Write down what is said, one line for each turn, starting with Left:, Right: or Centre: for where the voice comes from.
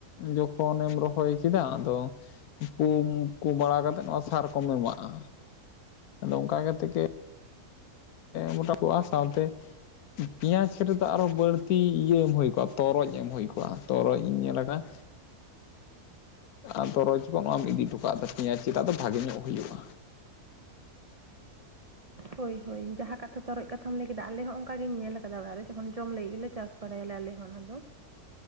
Left: ᱡᱚᱠᱷᱚᱱᱮᱢ ᱨᱚᱦᱚᱭ ᱠᱮᱫᱟ, ᱟᱨᱚᱼᱼ ᱯᱩ ᱠᱚ ᱵᱟᱲᱟ ᱠᱟᱛᱮᱮᱫ ᱱᱚᱣᱟ ᱥᱟᱨᱠᱚᱢ ᱮᱢᱟᱜᱼᱟ᱾
Right: <inaudible>
Left: ᱟᱫᱚ ᱚᱱᱠᱟ ᱠᱟᱛᱮ ᱜᱮ ᱢᱚᱴᱟ ᱯᱣᱟ ᱥᱟᱶᱛᱮ ᱯᱮᱸᱭᱟᱡᱽ ᱨᱮᱫᱚ ᱟᱨᱚ ᱵᱟᱹᱲᱛᱤ ᱤᱭᱟᱹ ᱮᱢ ᱦᱩᱭ ᱠᱚᱜᱼᱟ ᱛᱚᱨᱚᱡ ᱮᱢ ᱦᱩᱭ ᱠᱚᱜᱼᱟ ᱛᱚᱨᱚᱚᱡ ᱤᱧ ᱧᱮᱞ ᱟᱠᱟᱫ᱾ ᱟᱫᱚᱨᱚᱚᱡ ᱠᱚ ᱱᱚᱣᱟᱢ ᱤᱫᱤ ᱦᱚᱴᱚᱟᱜ ᱛᱟ ᱯᱮᱭᱟ ᱪᱮᱫᱟᱜ ᱫᱚ ᱵᱷᱟᱜᱮ ᱧᱚᱜ ᱦᱩᱭᱩᱜᱼᱟ᱾
Right: ᱦᱳᱭ ᱦᱳᱭ ᱡᱟᱦᱟᱸ ᱠᱟᱛᱷᱟ ᱛᱚᱨᱚᱡ ᱦᱩᱭ ᱦᱩᱭ ᱦᱚᱭ ᱡᱟᱦᱟ ᱛᱚᱨᱚᱡ ᱠᱟᱛᱷᱟᱢ ᱞᱟᱹᱭ ᱠᱮᱫᱟ ᱟᱞᱮ ᱦᱚᱸ ᱚᱱᱠᱟ ᱜᱮᱤᱧ ᱧᱮᱞ ᱟᱠᱟᱫᱟ ᱚᱲᱟᱜ ᱨᱮ ᱡᱚᱠᱷᱚᱱ ᱡᱚᱢ ᱞᱟᱹᱜᱤᱫ ᱜᱮᱞ ᱪᱟᱥᱼᱼ ᱵᱟᱲᱟᱭᱟᱞᱞᱮ ᱦᱚᱸ ᱚᱱᱟ ᱫᱚ᱾